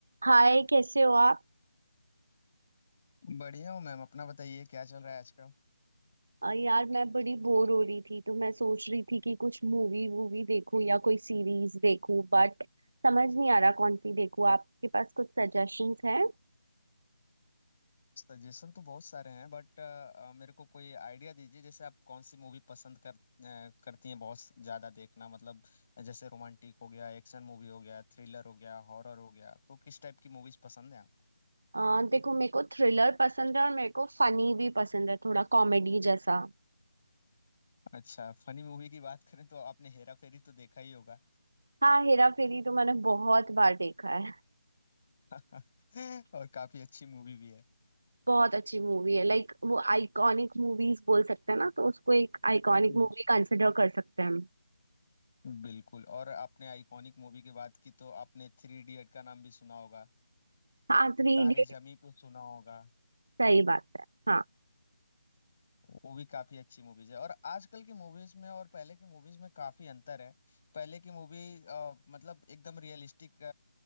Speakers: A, on the right; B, on the left.
A: हाय कैसे हो आप
B: बढ़िया हूँ मैम अपना बताइए क्या चल रहा है आजकल
A: अ, यार मैं बड़ी बोर हो रही थी तो मैं सोच रही थी कि कुछ मूवी वूवी देखूं या कोई सीरीज देखूं बट समझ नहीं आ रहा कौन सी देखूं आपके पास कुछ सजेशंस हैं
B: सजेशन तो बहुत सारे हैं बट मेरे को कोई आइडिया दीजिए जैसे आप कौन सी मूवी पसंद कर अ, करती हैं बहुत ज़्यादा देखना मतलब जैसे रोमांटिक हो गया एक्शन मूवी हो गया थ्रिलर हो गया हॉरर हो गया तो किस टाइप की मूवीज़ पसंद है आपको
A: अ, देखो मेरे को थ्रिलर पसंद है और मेरे को फनी भी पसंद है थोड़ा कॉमेडी जैसा
B: अच्छा फनी मूवी की बात करें तो आपने हेरा फेरी तो देखा ही होगा
A: हाँ हेरा फेरी तो मैंने बहुत बार देखा है
B: <laughs> और काफ़ी अच्छी मूवी भी है
A: बहुत अच्छी मूवी है लाइक वो आइकॉनिक मूवीज बोल सकते हैं ना तो उसको एक आइकॉनिक
B: हम्म।
A: मूवी कंसिडर कर सकते हैं हम
B: बिल्कुल और आपने आइकॉनिक मूवी की बात की तो आपने थ्री इडियट का नाम भी सुना होगा
A: हाँ थ्री
B: तारे
A: इडियट
B: जमी पे सुना होगा
A: सही बात है हाँ।
B: वो भी काफी अच्छी मूवीज है और आजकल की मूवीज में और पहले की मूवीज में काफी अंतर है पहले की मूवी मतलब एकदम रियलिस्टिक